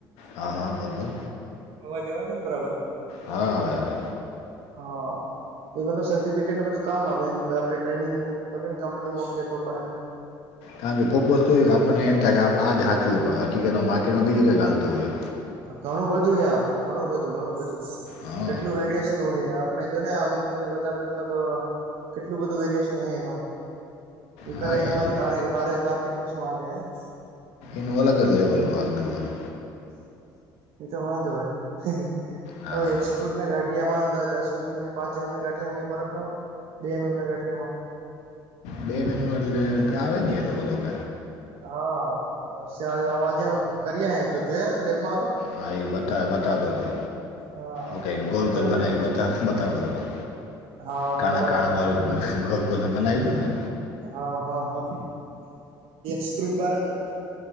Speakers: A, on the left (about 70°); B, on the right (about 65°).
A: હા હા બોલ બોલ
B: અવાજ આવે છે ને બરાબર
A: હા આવે આવે
B: હા એ માનું સર્ટિફિકેટ બધું કામ આવે એમ આપડે ટ્રેનિંગ કરીને કંપની મોકલે તો પણ એમ
A: કારણ કે કોઈક વસ્તુ કે આપણને એમ થાય કે આપડે આ જ હાચવ્યું હકીકતમાં માર્કેટમાં બીજું કંઈ ચાલતું હોય
B: ઘણું બધું યા ઘણું બધું ઘણું બધું
A: હા
B: એટલું વેરિએેશન હોય આપડે જો ને અમિત વધારે મતલબ કેટલું બધું વેરએશન હે એમાં એ
A: હા
B: કરે
A: યાર
B: એમાંને
A: એ
B: બારે બારે માર્કેટમાં શું હાલેને
A: એનું અલગ લેવલનું વાલતું હોય
B: એ તો વાંધો હહ
A: હા
B: હવે એક્સ્કલુડ ના ગાઠિયામાં દસ મિટ પાંચિ ગાઠિયામાંઈ ફરક ના હોય બેે મેં મ ના ગાંઠિયા માં
A: બે મહિનો એટલે આવે નહી એટલો બધો ક
B: હા અવાજે કરીએ એમ તો જોયા તો લેબમાં હતો ને
A: હા એ બતા બતાતો હતો
B: હા
A: ઓકે
B: આજે
A: ગોલ
B: બનાવ્યા
A: ગોલ બનાવી
B: હે
A: બતા બતાવતો તો
B: હા
A: કાણા
B: હા બરાબર
A: કાણા વાળું ગોલ ગોલ બનાવી દો ને
B: હા હા હા સ્કુટ બાર જ હતા